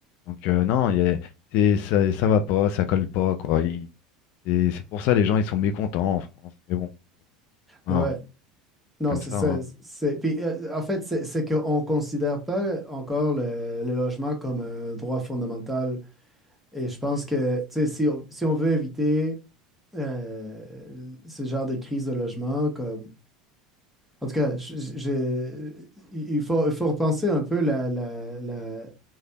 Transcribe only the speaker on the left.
Donc, euh, non, il y a- c'est- ça, ça va pas, ça colle pas, quoi. Il- C'est c'est pour ça les gens, ils sont mécontents en France. Mais bon, hein,
c'est comme
ça.
hein.